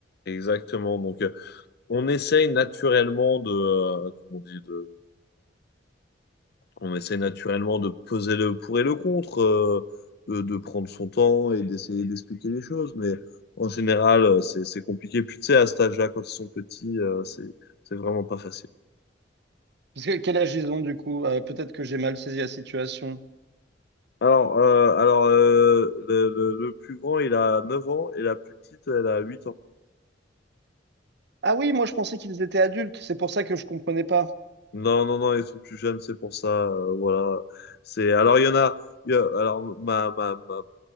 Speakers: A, on the left; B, on the right.
A: Exactement, donc euh, on essaye naturellement de, euh, comment on dit, de, on essaye naturellement de peser le pour et le contre, euh, de, de prendre son temps et d'essayer d'expliquer les choses, mais en général euh, c'est c'est compliqué. Puis tu sais, à cet âge-là, quand ils sont petits, euh, c'est c'est vraiment pas facile.
B: Parce que quel âge ils ont, du coup? Euh, peut-être que j'ai mal saisi la situation.
A: Alors, euh, alors euh, le, le- le plus grand, il a 9 ans et la plus petite, elle a 8 ans.
B: Ah oui, moi, je pensais qu'ils étaient adultes. C'est pour ça que je comprenais pas.
A: Non, non, non, ils sont plus jeunes, c'est pour ça. euh, voilà. C'est, alors, il y en a. il y a- alors, ma, ma, ma,